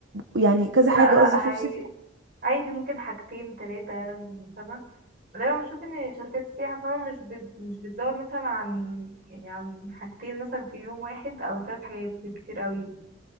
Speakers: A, on the right; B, on the right.
A: يعني كذا حاجة
B: لا لا
A: قصدي في نفس
B: هي
A: اليوم
B: عادي ممكن حاجتين تلاتة فاهمة دايما بشوف ان شركات السياحة فاهمة مش بت... مش بتزود مثلا عن يعني عن حاجتين مثلا في يوم واحد او تلات حاجات بالكتير قوي